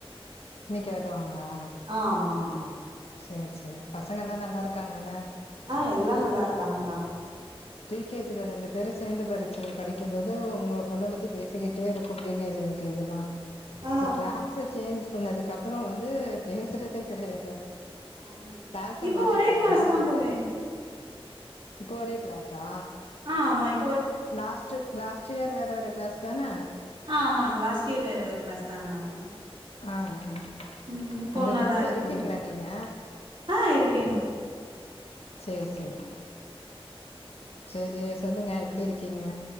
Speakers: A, on the left; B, on the right.
A: இன்னெக்கி வருவாங்களா
B: அ ஆமா ஆமா
A: சேர் சேரி பசங்க எல்லா நல்லா இருக்காங்கல
B: ஆ எல்லா நல்லா இருக்காங்கா
A: ப்ரீ கே ஜி ல ரெண்டு பேரு ஸ் சேந்து படிச்சு படிக்கும்போது உங்க பொண்ண பத்தி பேசிக்கிட்டே இருக்கு pre K G L K G எல்லா
B: ஆ
A: இப்ப க்ளாஸ சேஞ்ச் பண்ணதுக்கு அப்பறோ வந்து பேசுறதே கெடயாது அது
B: ஆமா
A: க்ளாச
B: இப்ப
A: மாத்திட்டாங்களா
B: ஒரே கிளாஸ் தா போல இருக்கு
A: இப்ப ஒரே க்ளாஸ் தா
B: அ ஆமா இ
A: லாஸ்ட்டு லாஸ்ட் இயர் வேற வேற க்ளாஸ் தான
B: அ ஆமா லாஸ்ட் இயர் வேற வேற க்ளாஸ் தா இருந்தாங்க
A: அ அ
B: ம் இப்போ
A: அந்த
B: ஒன்னாதா
A: க்ரூப்ல
B: இருக்காங்க
A: இருக்கீங்ளா நீங்க
B: ஆ இருக்கேங்
A: சேர் சேரி சேரி சொல்லுங்க எப்பிடி இருக்கீங்க